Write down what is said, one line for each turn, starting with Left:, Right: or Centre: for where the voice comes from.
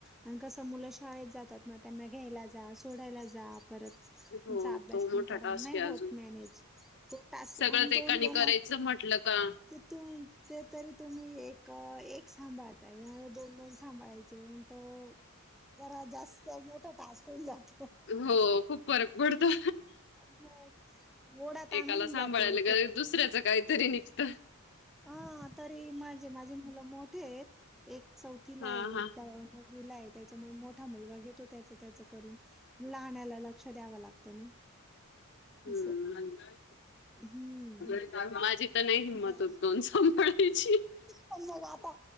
Centre: आणि कस मुल शिकत शाळेत जातात ना, त्यांना घ्यायला जा, सोडायला जा, परत
Left: हो
Centre: त्यांचा अभ्यास
Left: तो मोठा
Centre: पण करा.
Left: टास्क
Centre: नाही
Left: आहे
Centre: होत
Left: अजून.
Centre: मॅनेज दोन-
Left: सगळंच एकाने
Centre: दोन
Left: करायचं म्हटलं का
Centre: ते तु, ते तरी तुम्ही एक एक सांभाळताय, दोन दोन सांभाळायचे जेवण तो जरा जास्त मोठा टास्क होऊन जातो.
Left: हो खूप फरक पडतो.
Centre: मग
Left: <inaudible>
Centre: ओढा ताण
Left: एकाला
Centre: होऊन
Left: सांभाळायला
Centre: जाते
Left: गेलं दुसऱ्याचं काहीतरी निघत.
Centre: ह तरी माझे माझे मुलं मोठे हायेत. एक चौथीला
Left: हा
Centre: आहे,
Left: हा.
Centre: एकटा नवीला आहे. त्याच्यामुळे मोठा मुलगा घेतो, त्याच त्याच करून लाहण्याला लक्ष द्यावं लागतं ना?
Left: हूम्म.
Centre: असं हम्म
Left: <unintelligible> माझी? तर नाही हिंमत
Centre: बरं
Left: होत दोन सांभाळायची.
Centre: पण मग आता,